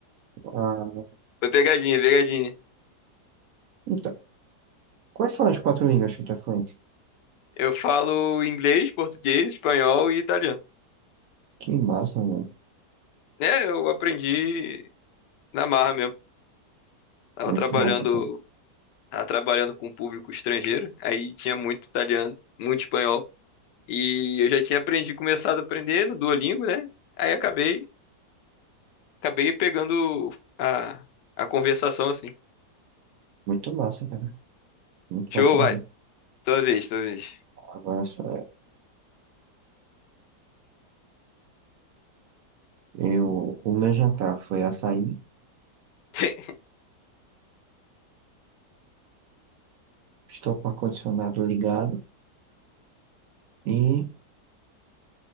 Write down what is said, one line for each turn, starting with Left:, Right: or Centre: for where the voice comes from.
Right: Ah,
Left: Foi pegadinha, pegadinha.
Right: então, quais são as quatro línguas que tu é fluente?
Left: Eu falo inglês, português, espanhol e italiano.
Right: Que massa, mano.
Left: É, eu aprendi na marra mesmo. Tava
Right: Muito
Left: trabalhando
Right: massa, cara.
Left: tava trabalhando com um público estrangeiro, aí tinha muito italiano, muito espanhol, e eu já tinha aprendido, começado a aprender no Duolingo, né? Aí acabei, acabei pegando a, a conversação assim.
Right: Muito massa, cara. Muito
Left: Show,
Right: massa mesmo.
Left: vai, tua vez, tua vez.
Right: Agora só. Eu, o meu jantar foi açaí,
Left: <laughs>
Right: estou com o ar-condicionado ligado e